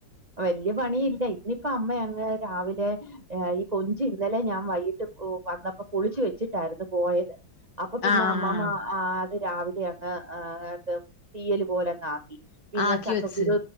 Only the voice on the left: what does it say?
ആഹ്
ആക്കി
വെച്ച്